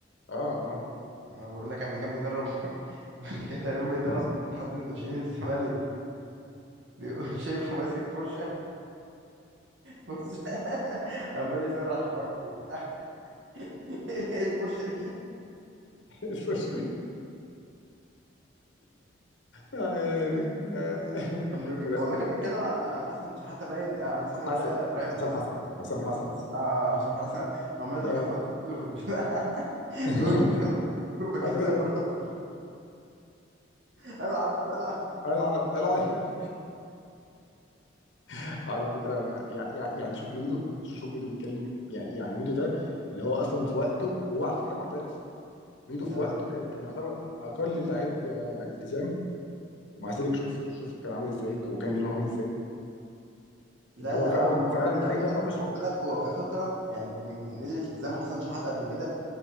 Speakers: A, on the left (about 75°); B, on the right (about 75°).
A: اه اه
B: انا بقول لك لما كان بيدرب <laughs> كان تقريبا
A: <laughs>
B: بيدرب حد من ناشئين الزمالك بيقول <laughs> شايفه ماسك فرشه فرشه <laughs> عمال يسرح حواجبه وبتاع <laughs> ايه الفرشه دي
A: الفش- آه، يعني آه، <laughs>
B: كان بي... بي-
A: فلا،
B: والله كان بيتكلم عن عن حسن شحاته باين آه، عن اسمه
A: حسن
B: ده ابراهيم
A: حسام
B: حسن
A: حسن حسام
B: حسام
A: حسن
B: حسن اه اه حسام حسن عمال
A: آه.
B: يخبط له في البتاع <laughs>
A: <laughs>
B: بيقول له انا فاكره بيتكلم
A: عايز-
B: مراته <laughs> العب العب
A: العب العب يعني <laughs> على فكره انا يع- يع- يعني شوف ميدو شوف شوف ميدو بيتكلم يعني يعني ميدو ده اللي هو اصلا في وقته وهو على فكره معترف ميدو في
B: آه.
A: وقته كان كان يعتبر اقل اللعيب آه، التزام ومع ذلك شوف شوف كان عامل ازاي وكان جيلهم عامل ازاي
B: لا
A: اللي هو
B: لا
A: فعلا
B: هو هو
A: فعلا
B: في نفسه
A: لعيبه
B: معترف
A: اه مش
B: خد بالك هو في فتره يعني من من من قله التزامه حسن شحاته قبل كده